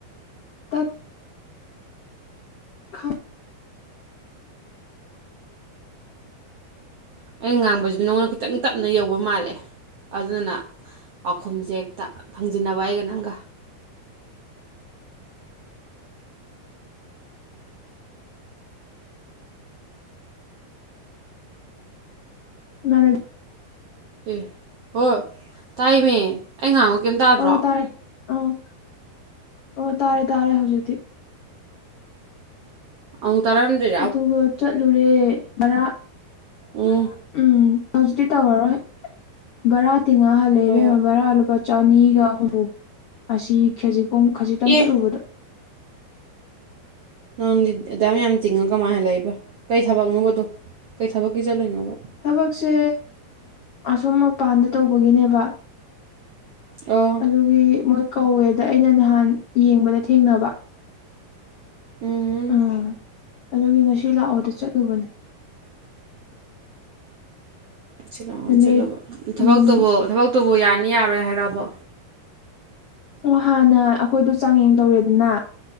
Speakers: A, on the left; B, on the right.
A: ꯇꯠ ꯈꯪ
B: ꯑꯩꯅ ꯉꯥꯡꯕꯁꯤꯗꯤ ꯅꯪꯅ ꯈꯤꯇꯪ ꯇꯞꯅ ꯌꯧꯕ ꯃꯥꯜꯂꯦ ꯑꯗꯨꯅ ꯄꯥꯎꯈꯨꯝꯁꯦ ꯍꯦꯛꯇ ꯐꯪꯖꯟꯅꯕ ꯑꯩꯒ ꯅꯪꯒ
A: ꯃꯥꯅꯤ
B: ꯑꯦ ꯍꯣꯏ ꯇꯥꯏꯅꯦ ꯑꯩ ꯉꯍꯥꯛꯃꯨꯛ ꯀꯩꯝ ꯇꯥꯗ꯭ꯔꯣ
A: ꯑꯣ ꯇꯥꯔꯦ ꯑꯥ ꯑꯣ ꯇꯥꯔꯦ ꯇꯥꯔꯦ ꯍꯧꯖꯤꯛꯇꯤ
B: ꯑꯃꯨꯛ ꯇꯔꯥꯝꯗ꯭ꯔ‌ꯦ
A: ꯑꯗꯨꯒ ꯆꯠꯂꯨꯔꯦ ꯚꯔꯥ
B: ꯎꯝ
A: ꯎꯝ ꯍꯧꯖꯤꯛꯇꯤ ꯇꯧꯔꯔꯣꯏ ꯕꯔꯥ ꯇꯤꯉꯥꯍꯜꯂꯦꯕꯦꯝꯃ
B: ꯍꯣꯏ ꯍꯣꯏ
A: ꯕꯔꯥ ꯂꯨꯄꯥ ꯆꯅꯤꯒ ꯍꯨꯝꯐꯨ ꯑꯁꯤ ꯈꯖꯤꯛ ꯈꯖꯤꯛꯇꯪ
B: ꯑꯦ
A: ꯆꯠꯂꯨꯕꯗ
B: ꯅꯪꯗꯤ ꯑꯦꯗꯥꯝ ꯌꯥꯝ ꯇꯤꯡꯉ ꯀꯃꯥꯏ ꯍꯜ ꯂꯩꯛꯏꯕ ꯀꯩ ꯊꯕꯛꯅꯣꯕꯗꯣ ꯀꯩ ꯊꯕꯛꯀꯤ ꯆꯠꯂꯣꯏꯅꯣꯕ
A: ꯊꯕꯛꯁꯦ ꯑꯁꯣꯝ ꯃꯄꯥꯟꯗ ꯇꯧꯕꯒꯤꯅꯦꯕ
B: ꯑ‌ꯣ
A: ꯑꯗꯨꯒꯤ ꯃꯣꯏ ꯀꯧꯋꯦꯗ ꯑꯩꯅ ꯅꯍꯥꯟ ꯌꯦꯡꯕꯗ ꯊꯦꯡꯅꯕ
B: ꯎꯝ
A: ꯑꯥ ꯑꯗꯨꯒꯤ ꯉꯁꯤ ꯂꯥꯛꯑꯣꯗ ꯆꯠꯂꯨꯕꯅꯦ
B: ꯉꯁꯤꯂꯛꯑꯣꯅ
A: ꯅꯨꯃꯤꯠ
B: ꯆꯠꯂꯨꯕ ꯊꯕꯛꯇꯨꯕꯣ
A: ꯎꯝ
B: ꯊꯕꯛꯇꯨꯕꯣ ꯌꯥꯅꯤ ꯌꯥꯔꯣꯏ ꯍꯥꯏꯔꯛꯑꯕꯣ
A: ꯑꯣ ꯍꯥꯟꯅ ꯑꯩꯈꯣꯏꯗꯣ ꯆꯥꯡꯌꯦꯡ ꯇꯧꯔꯦꯗꯅ